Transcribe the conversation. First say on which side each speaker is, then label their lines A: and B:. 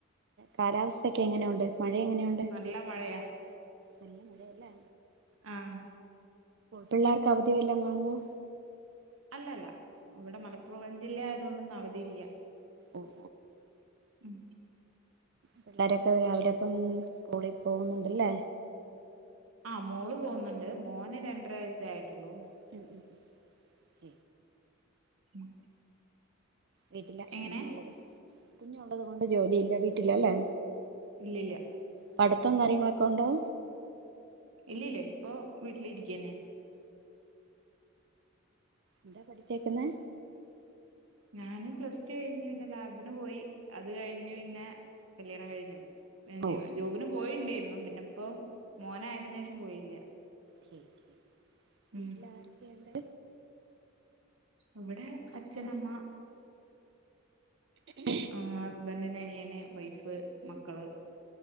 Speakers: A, on the right; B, on the right.
A: കാലാവസ്ഥൊക്കെ എങ്ങനെയുണ്ട്? മഴ എങ്ങനെയു
B: നല്ല മഴയാ.
A: നല്ല മഴയല്ലേ
B: ആഹ്‌
A: പിള്ളേർക്ക് അവധിവല്ലോ കാണുമുവോ
B: അല്ലല്ല ഇവിടെ മലപ്പുറം ജില്ല ആയതുകൊണ്ടൊന്നും അവധി ഇല്ല.
A: ഓ
B: ഉം
A: പിള്ളോരൊക്കെ രാവിലെ അപ്പം സ്കൂളിൽ പോകുന്നുണ്ടല്ലേ
B: ആ മോള് പോകുന്നുണ്ട് മോന് രണ്ടര വയസായിട്ടൊള്ളൂ
A: <unintelligible>
B: ഉം
A: വീട്ടില
B: എങ്ങനെ
A: കുഞ്ഞ് ഉള്ളത് കുഞ്ഞള്ളത് കൊണ്ട് ജോലിയില്ല വീട്ടിലല്ലേ.
B: ഇല്ലില്ല
A: പഠിത്തം കാര്യങ്ങളൊക്കെ ഉണ്ടോ
B: ഇല്ലിഇല്ല ഇപ്പോ വീട്ടിലിരിക്കന്നെ.
A: എന്താ പഠിച്ചേക്കുന്നത്
B: ഞാനും പ്ലസ്ടു കഴിഞ്ഞു പിന്നെ ലാബിന് പോയി അത് കഴിഞ്ഞ് പിന്നെ കല്യാണം കഴിഞ്ഞു.
A: ഓ
B: ജോബിന് പോയിണ്ടായിരുന്നു പിന്നെ ഇപ്പ മോന ആയതിന് ശേഷം പോയില്ല.
A: ശരി ശരി വീട്ടിൽ
B: ഉം
A: ആരൊക്കെയുണ്ട്
B: ഇവിടെ അച്ഛനമ്മ.
A: ഉ
B: ആ ഹസ്ബന്ഡിന്റെ അനിയന് വൈഫ് മക്കള്.